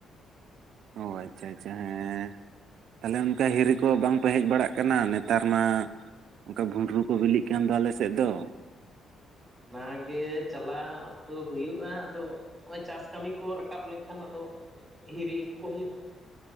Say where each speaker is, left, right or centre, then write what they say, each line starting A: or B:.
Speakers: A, on the right; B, on the right.
A: ᱚ ᱟᱪᱪᱷᱟ, ᱟᱪᱪᱷᱟ ᱦᱮᱸᱼᱼ ᱛᱟᱞᱮᱦᱮ ᱚᱱᱠᱟ ᱦᱤᱨᱤ ᱠᱚ ᱵᱟᱝᱯᱮ ᱦᱮᱡ ᱵᱟᱲᱟᱜ ᱠᱟᱱᱟ ᱱᱮᱛᱟᱨ ᱢᱟᱼᱼ ᱚᱱᱠᱟ ᱵᱷᱩᱸᱰᱨᱩ ᱠᱚ ᱵᱤᱞᱤᱜ ᱠᱟᱱ ᱫᱚ ᱟᱞᱮ ᱥᱮᱫ ᱫᱚ᱾
B: ᱚᱱᱟᱜᱮ ᱪᱟᱞᱟᱜ ᱫᱚ ᱦᱩᱭᱩᱜᱼᱟ᱾ ᱟᱫᱚᱼᱼ ᱦᱚᱜᱼᱚᱭ ᱪᱟᱥ ᱠᱟᱹᱢᱤ ᱠᱚ ᱨᱟᱠᱟᱵ ᱞᱮᱱᱠᱷᱟᱱ ᱟᱫᱚ, ᱦᱤᱨᱤ ᱟᱹᱜᱩ ᱠᱚ ᱦᱩᱭᱩᱜᱼᱟ᱾